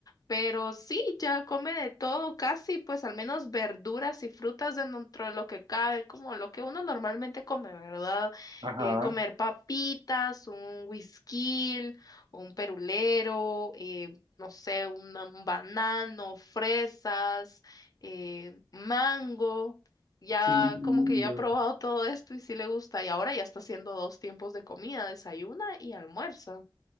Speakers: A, on the left (about 45°); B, on the right (about 60°).
A: Pero sí, ya come de todo, casi, pues al menos verduras y frutas dentro de lo que cabe, como lo que uno normalmente come, ¿verdad?
B: ajá,
A: Eh, comer papitas, un whisky, un perulero, eh, no sé, una- un banano, fresas, eh, mango. Ya
B: qué lindo.
A: como que ya ha probado todo esto y sí le gusta. Y ahora ya está haciendo dos tiempos de comida, desayuna y almuerza.